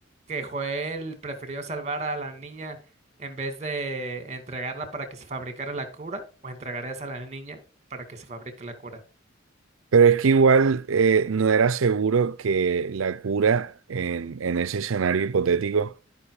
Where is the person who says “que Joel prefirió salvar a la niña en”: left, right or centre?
Right